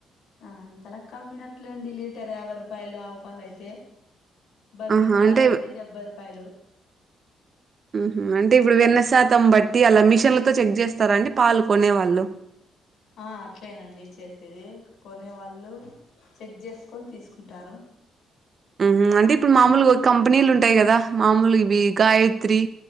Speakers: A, on the left (about 75°); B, on the right (about 45°).
A: అంతలక్క అమ్మినట్లే అండి లీటర్ యాభై రూపాయలు ఆవు పాలు అయితే బరిగొడ్డు
B: ఆహా
A: పాలయితే
B: అంటే
A: డెబ్బై రూపాయలు
B: హు హు అంటే ఇప్పుడు వెన్న శాతం బట్టి లా మిషన్లతో చెక్ చేస్తారా అండి పాలు కొనేవాళ్ళు
A: ఆ అట్లేనండి చేసేది కొనేవాళ్ళు చెక్ చేసుకొని తీసుకుంటారు.
B: హు హు అంటే ఇప్పుడు మామూలుగా ఒక కంపెనీలు ఉంటాయి కదా మామూలు ఇవి గాయత్రి